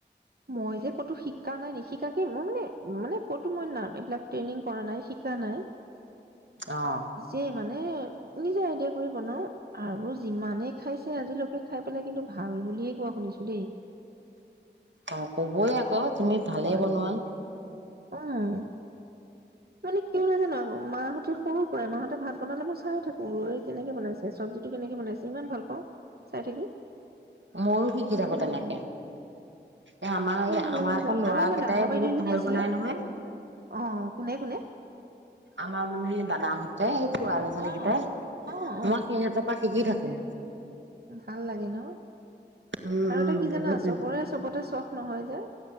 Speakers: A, on the right (about 55°); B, on the right (about 80°).
A: মই যে ক'তো শিক শিকা নাই নিশিকখা কি মানে মানে কটু মই মানে এইবিলাক ট্ৰেইনিং কৰা নাই শিকখা নাই
B: আহ
A: দেই মানে নিজে আইডিয়া কৰি বনাও আৰু যিমানে খাইছে আজিলৈকে খাই পেলাই কিন্তু ভাল বুলিয়ে কোৱা শুনিছো। দেই।
B: অ কবই আকৌ তুমি
A: তেনেকুৱা।
B: ভালেই বনোৱা।
A: উম মানে কি হয় জানো মাহতে সৰু পৰায়ে মাহতে, ভাত বনালে মই চাই থাকো ৰ কেনেকে বনাইছে চব্জিটো কেনেকে বনাইছে ইমান ভাল পাওঁ চাই থাকি।
B: ময়ো শিকি থাকো
A: তেনেকুৱা
B: তেনেকে এই আমাৰ
A: কিয়
B: এই
A: ভাল
B: আমাৰ
A: লাগে নাজানো
B: এই লৰা
A: আৰু আমাৰ
B: কেইটাই
A: ডাঙৰ বাইদেউ
B: বহুত
A: এজনী
B: ভাল
A: আছিলে
B: বনাই নহয়
A: অ কোনে কোনে
B: আমাৰ মানে দাদাহতে এই খোৰা লৰা ছোৱালীকিতায়ে
A: অ অ অ
B: মই সিহঁতৰ, শিকি থাকো।
A: ভাল লাগে ন,
B: উম
A: আৰু
B: উম
A: এটা কি
B: বহুত
A: জানা চবৰে চবতে চখ নহয়। হ